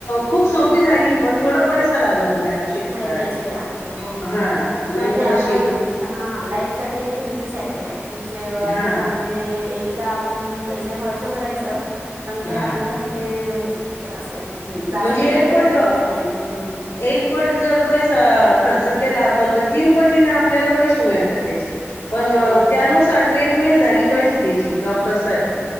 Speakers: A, on the left (about 85°); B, on the right (about 75°).
A: खूप सोपी झाली पण थोडा पैसा लागतो मॅडम शेती
B: लै
A: करायला.
B: पैसे लागते हो
A: हा
B: हो
A: नाही
B: पण ते
A: तर
B: आपल्याला
A: शेत
B: हा लाईफ साठी म्हणजे सेटल आहे की, आपल्याला
A: हा
B: म्हणजे एक ते आपण पैसे खर्च करायचं, पण
A: हा
B: ते आपल्याला म्हणजे व्यवस्थित आहे असं आहे. जास्त
A: म्हणजे एक
B: मेहनत
A: पट
B: वगैरे नाहीये. हम्म.
A: एक पट जर पैसा खर्च केला आपण, तर तीन पटी ना आपल्याला पैसे मिळतात त्याचे. पण
B: हो हो
A: त्यानुसार ट्रीटमेंट झाली पाहिजे त्याची, डॉक्टर सारखी